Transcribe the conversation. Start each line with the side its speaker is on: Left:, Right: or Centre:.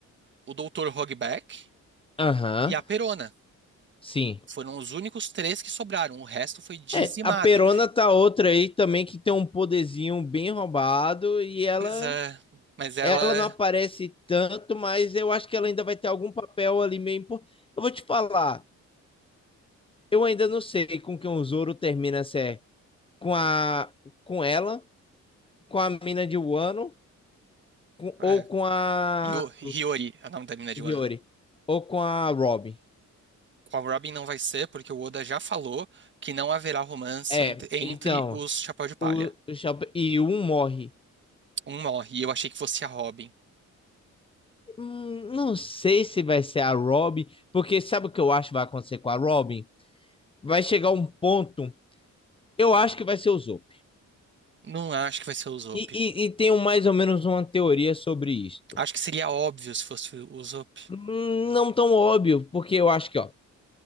Right: o doutor Hogback
Left: Aham,
Right: e a Perona.
Left: sim.
Right: Foram os únicos três que sobraram. O resto foi dizimado.
Left: É, a Perona tá outra aí também que tem um poderzinho bem roubado e ela
Right: Pois é, mas ela.
Left: ela não aparece tanto, mas eu acho que ela ainda vai ter algum papel ali meio importante. Eu vou te falar, eu ainda não sei com quem o Zoro termina, se é com a com ela, com a mina de Wano com-
Right: É,
Left: ou com a
Right: Hio- Hiyori, é o nome da mina de
Left: Hiyori
Right: Wano.
Left: ou com a Robin.
Right: Com a Robin não vai ser, porque o Oda já falou que não haverá romance
Left: É,
Right: entre, entre
Left: então,
Right: os Chapéu de Palha.
Left: o, o Chapéu- e um morre.
Right: Um morre, e eu achei que fosse a Robin.
Left: Hum, não sei se vai ser a Robin, porque sabe o que eu acho que vai acontecer com a Robin? Vai chegar um ponto, eu acho que vai ser o Zope
Right: Não acho que vai ser o Usopp.
Left: E, e, e tenho mais ou menos uma teoria sobre isto.
Right: Acho que seria óbvio se fosse o Usopp.
Left: Hum, Não tão óbvio, porque eu acho que, ó,